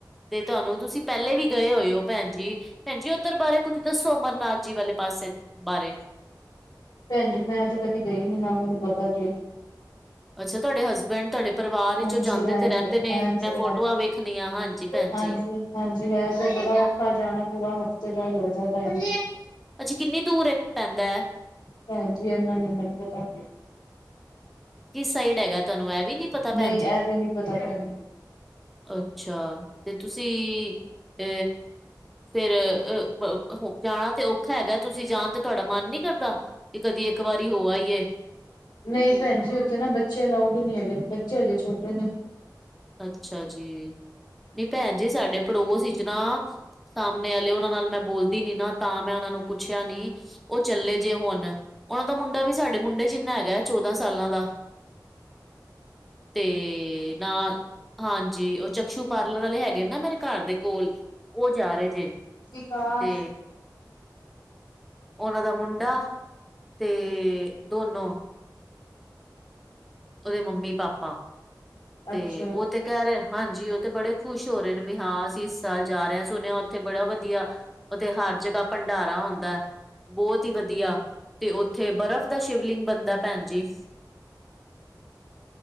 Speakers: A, in the centre; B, on the left (about 75°).
A: ਤੇ ਤੁਹਾਨੂੰ ਤੁਸੀਂ ਪਹਿਲੇ ਵੀ ਗਏ ਹੋਏ ਹੋ ਭੈਨ ਜੀ ਭੈਨਜੀ ਉੱਧਰ ਬਾਰੇ ਕੁੱਛ ਦੱਸੋ ਅਮਰਨਾਥ ਜੀ ਵਾਲੇ ਪਾਸੇ ਬਾਰੇ
B: ਭੈਨਜੀ ਮੈਂ ਤੇ ਕਦੀ ਗਈ ਨੀ, ਨਾ ਮੈਨੂੰ ਪਤਾ ਜੇ
A: ਅੱਛਾ, ਤੁਹਾਡੇ ਹਸਬੈਂਡ ਤੁਹਡ ਪਰਿਵਾਰ ਵਿਚੋਂ
B: ਹਾਂਜੀ,
A: ਜਾਂਦੇ
B: ਹਾਂਜੀ,
A: ਤੇ ਰਹਿੰਦੇ ਨੇ
B: ਹਾਂਜੀ,
A: ਮੈਂ ਫੋਟੋਆਂ
B: ਹਾਂਜੀ।
A: ਵੇਖਨੀਆਂ, ਹਾਂਜੀ ਭੈਨ
B: ਹਾਂਜੀ,
A: ਜੀ
B: ਹਾਂਜੀ ਹੈ ਤੇ ਬੜਾ ਔਖਾ ਜਾਣਾ ਪੂਰਾ ਹਫ਼ਤੇ ਦਾ ਲੱਗਦੇ ਟਾਈਮ
A: ਅੱਛੀ ਕਿੰਨੀ ਦੂਰ ਏ ਪੈਂਦੇ?
B: ਭੈਨ ਜੀ ਏਹਨਾਂ ਨੀ ਮੈਨੂੰ ਪਤਾ
A: ਕਿਸ ਸਾਈਡ ਹੈਗਾ ਤੁਹਾਨੂੰ ਇਹ ਵੀ ਨੀ ਪਤਾ ਭੈਣ
B: ਨਹੀਂ,
A: ਜੀ
B: ਇਹ ਵੀ ਨੀ ਪਤਾ ਭੈਨਜੀ
A: ਅੱਛਾ, ਤੇ ਤੁਸੀਂ ਅ ਫਿਰ ਅ ਜਾਣਾ ਤੇ ਔਖਾ ਹੈਗਾ ਤੁਸੀਂ ਜਾਣ ਤੇ ਤੁਹਾਡਾ ਮਨ ਨੀ ਕਰਦਾ, ਵੀ ਕਦੀ ਇੱਕ ਵਾਰੀ ਹੋ ਆਈਏ?
B: ਨਹੀਂ ਭੈਨ ਜੀ ਉੱਥੇ ਨਾ ਬੱਚੇ ਅਲਾਊਡ ਹੀ ਨੀ ਹੈਗੇ ਬੱਚੇ ਹਜੇ ਛੋਟੇ ਨੇ
A: ਅੱਛਾ ਜੀ, ਨੀ ਭੈਨ ਜੀ ਸਾਡੇ ਪੜੋਸ ਚ ਨਾ ਸਾਹਮਨੇ ਆਲੇ ਮੈ ਉਹਨਾਂ ਨਾਲ ਮੈਂ ਬੋਲਦੀ ਨੀ ਨਾ ਤਾਂ ਮੈਂ ਉਹਨਾਂ ਨੂੰ ਪੁੱਛਿਆ ਨੀ ਉਹ ਚੱਲੇ ਜੇ ਹੋਨ, ਉਹਨਾਂ ਦਾ ਮੁੰਡਾ ਵੀ ਸਾਡੇ ਮੁੰਡੇ ਜਿਨਾ ਹੈਗਾ ਹੈ ਚੋਦਾਂ ਸਾਲਾਂ ਦਾ ਤੇ ਨਾਲ ਹਾਂਜੀ ਉਹ ਚਕਸ਼ੂ ਪਾਰਲਰ ਵਾਲੇ ਹੈਗੇ ਨਾ ਮੇਰੇ ਘਰ ਦੇ ਕੋਲ ਉਹ ਜਾ ਰਹੇ ਜੇ
B: ਵਿਕਾਸ
A: ਤੇ ਉਹਨਾਂ ਦਾ ਮੁੰਡਾ ਤੇ ਦੋਨੋ ਉਹਦੇ ਮੰਮੀ ਪਾਪਾ ਤੇ
B: ਅੱਛਾ।
A: ਉਹ ਤੇ ਕਹਿ ਰਹੇ ਹਾਂਜੀ ਉਹ ਤੇ ਬੜੇ ਖੁਸ਼ ਹੋ ਰਹੇ ਨੇ ਵੀ ਹਾਂ ਅਸੀਂ ਸਾਲ ਜਾ ਰਿਹਾ ਸੁਣਿਆ ਉੱਥੇ ਬੜਾ ਵਧੀਆ ਉੱਥੇ ਹਰ ਜਗ੍ਹਾ ਭੰਡਾਰਾ ਹੁੰਦੇ ਬਹੁਤ ਹੀ ਵਧੀਆ ਤੇ ਉੱਥੇ ਬਰਫ਼ ਦਾ ਸ਼ਿਵਲਿੰਗ ਬਨਦੇ ਭੈਨ ਜੀ